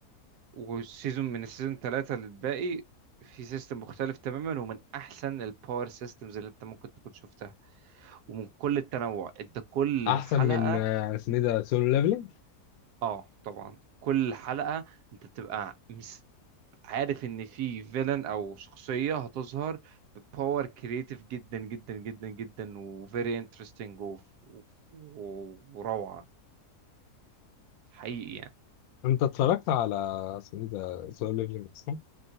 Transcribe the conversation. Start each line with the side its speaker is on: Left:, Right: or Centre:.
Right: والسيزون من السيزون ثلاثة للباقي في سيستم مختلف تماما ومن احسن الباور سيستمز اللي انت ممكن تكون شفتها ومن كل التنوع انت كل
Left: أحسن
Right: حلقة
Left: من آه، اسمه إيه ده سولو ليفلينج
Right: اه طبعا كل حلقة انت بتبقى مس- عارف ان في فيلن او شخصية هتظهر بباور كرييتيف جدا جدا جدا جدا وفيري انترستنج وروعة حقيقي يعني
Left: أنت اتفرجت على اسمه إيه ده سولو ليفلينج أصلا؟